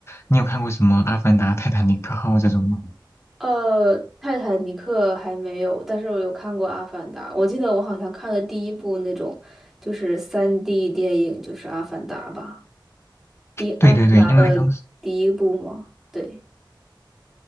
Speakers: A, on the left; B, in the centre.
A: 你有看过什么《阿凡达》《泰坦尼克号》这种吗？
B: 呃，泰坦尼克还没有，但是我有看过《阿凡达》。我记得我好像看了第一部那种就是三 d 电影，就是《阿凡达》吧？第《阿凡达》的第一部吗？
A: 对对对，因为当时
B: 对，